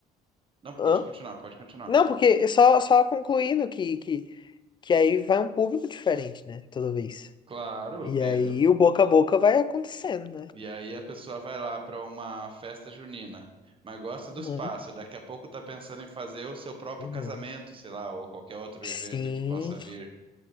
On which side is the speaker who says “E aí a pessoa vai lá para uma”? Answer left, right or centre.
Right